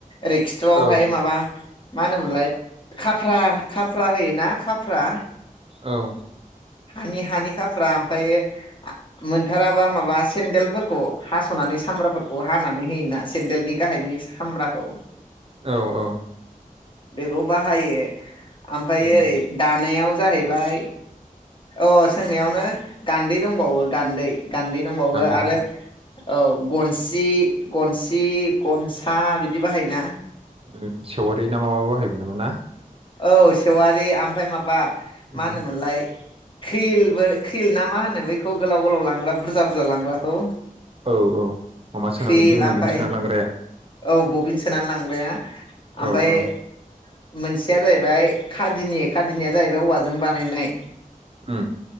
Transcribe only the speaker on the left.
ओरै खिथ्र'आवहाय
माबा मा होनोमोनलाय खाफ्रा खाफ्रा होयोना खाफ्रा
हानि हानि खाफ्रा ओमफ्रायायो मोनथाराबा माबा सेन्देलफोरखौ हास'नानै सामब्राफोरखौ हानानै होयोन ना सेन्देलनि गाहायनि सामब्राखौ
बेखौ बाहायो आमफ्राय
ओरै दानायाव जाहैबाय अ सोंनायावनो गान्दै दंबावो गान्दै गान्दै दंबावो
आरो औ गनसि गनसि सि गनसा बिदि बाहायो ना
औ सेवारि ओमफ्राय माबा
मा होनोमोनलाय ख्रिलबो ख्रिल ना मा होनो बैखौ गोलाव गोलाव लांग्रा बुरजा बुरजा लांग्राखौ।
क्रिल
ओमफ्राय
औ बबिन सोनानै लांग्राया ओफ्राय
मोनसे मोनसेया जाहैबाय खादिनि जाहैबाय खादिनि खादिनिया जाहैबाय औवाजों बानायनाय।